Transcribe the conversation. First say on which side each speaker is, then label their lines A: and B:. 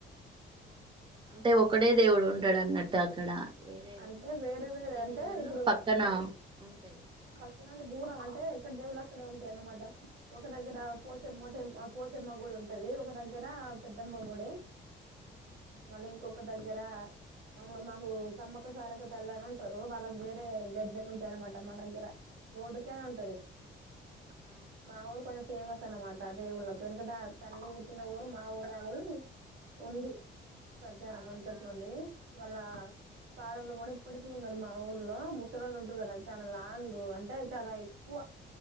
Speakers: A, on the right (about 25°); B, on the right (about 85°).
A: అంటే ఒకడే దేవుడు ఉంటడు అన్నట్టు అక్కడ వేరే
B: అంటే వేరే వేరే అంటే
A: దేవుళ్ళు
B: ఇప్పుడు
A: పక్కన ఉంటాయి
B: పకన అంటే దూరం అంటే అంటే ఎక్కడ దేవులు అక్కడే ఉంటాయి అనమాట ఒక దగ్గర
A: ఆహా
B: పోచమ్మ టెంప్ మా పోషమ్మ గుడి ఉంటది ఒక దగ్గర పెద్దమ్మ గుడి మళ్ళీ ఇంకొక దగ్గర మమ్మని మాకు సమ్మక సారక తల్లని ఉంటారు వాళ్ళకి వేరే గద్దెలు ఉంటాయనమాట మా దగ్గర రోడ్డుకేనే ఉంటది
A: ఆహా
B: మా ఊరు కొంచెం ఫేమస్ సే అనమాట దేవుళ్ళలకు ఎందుకంటే ఆ తల్లి పుట్టిన ఊరు మా ఊరు అని ఉంది ప్రచారం
A: అవునా
B: వెనుకటి నుండి వాళ్ళ పాలలు కూడా ఇప్పటికీ ఉన్నారు మా ఊళ్లో ముసరళ్ళు ఉంటారు కదా చాలా లాంగ్ అంటే చాలా ఎక్కువ